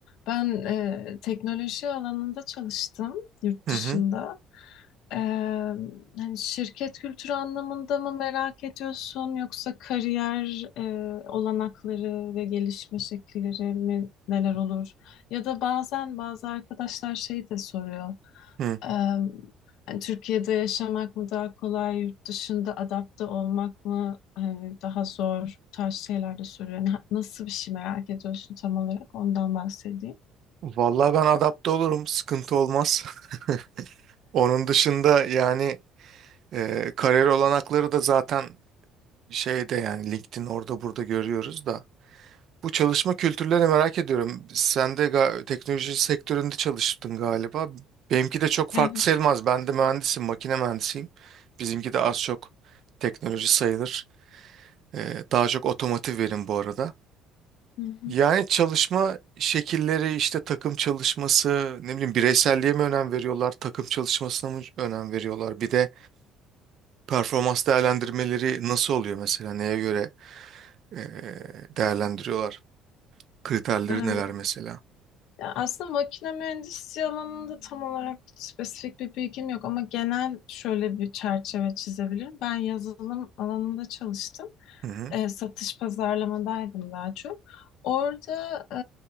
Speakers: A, on the left (about 70°); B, on the right (about 60°).
A: Ben e, teknoloji alanında çalıştım yurt
B: Hı hı.
A: dışında. E, hani şirket kültürü anlamında mı merak ediyorsun yoksa kariyer e, olanakları ve gelişme şekilleri mi neler olur? Ya da bazen bazı arkadaşlar şey de soruyor.
B: Hı.
A: Em, hani Türkiye'de yaşamak mı daha kolay, yurt dışında adapte olmak mı hani daha zor bu tarz şeyler de soruyor. Na- nasıl bir şey merak ediyorsun tam olarak ondan bahsedeyim.
B: Vallahi ben adapte olurum. Sıkıntı olmaz. <laughs> Onun dışında yani ee, kariyer olanakları da zaten şeyde yani LinkedIn orada burada görüyoruz da. Bu çalışma kültürlerini merak ediyorum. Sen de ga- teknoloji sektöründe çalıştın galiba. Benimki de çok farklı
A: Evet.
B: sayılmaz. Ben de mühendisim, makine mühendisiyim. Bizimki de az çok teknoloji sayılır. Ee, daha çok otomotiv verim bu arada.
A: Hı hı.
B: Yani çalışma şekilleri işte takım çalışması, ne bileyim bireyselliğe mi önem veriyorlar, takım çalışmasına mı önem veriyorlar? Bir de performans değerlendirmeleri nasıl oluyor mesela? Neye göre ee, değerlendiriyorlar? Kriterleri
A: Em,
B: neler mesela?
A: ya aslında makine mühendisliği alanında tam olarak spesifik bir bilgim yok ama genel şöyle bir çerçeve çizebilirim. Ben yazılım alanında çalıştım.
B: Hı hı.
A: e, satış pazarlamadaydım daha çok. Orada e,